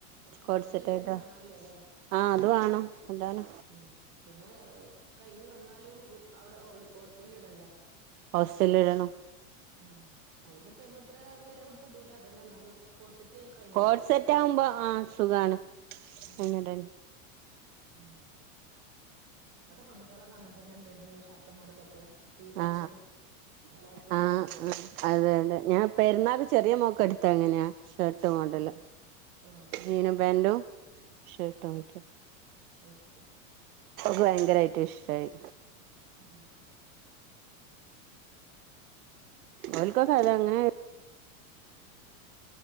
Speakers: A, on the right; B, on the right.
A: കോഡ്സെറ്റായിട്ടാ
B: അടിയിലിടാനും വേണല്ലോ അല്ലെ
A: ആഹ് അത് വേണം അതാണ്
B: ഉം പിന്നെ കഴിഞ്ഞു വന്നാലും അവിടെ ഹോസ്റ്റല ഇടണ്ടേ
A: ഹോസ്റ്റലിൽ ഇടണം
B: ഉം അയിനിപ്പ നമ്മത്ര വില കൊടുത്തിടൂല അതെല്ല എന്നാലും കോഡ്‌സെറ്റ് ഒക്കെ അയിന് പ
A: കോഡ്സെറ്റ് ആകുമ്പോ ആ സുഖാണ്
B: ഉം.
A: ഇട
B: ഉം ഇപ്പത്തെ പൺകുട്ടികളക്കെ അങ്ങനെ തന്നാണ്ല്ല ഇട്ന്നത് ഷർട്ട് മോഡലൊക്കെ ടീഷർട്ടും
A: ആ
B: പലാസോ
A: ആ ആ
B: ഇട്ടുണ്ട്
A: അതെതെ ഞാൻ പെരുന്നാൾ ചെറിയ മോക്ക എടു ത്തങ്ങനെയാ ഷർട്ടു മോഡൽ
B: ഉം. ആ
A: ജീനുംപാന്റും ഷർട്ടാവിട്ടും
B: ആ ശരി
A: ഭയങ്കരായിട്ട് ഇഷ്ടായി
B: ആ
A: ഓൽക്കൊക്കതങ്ങനെ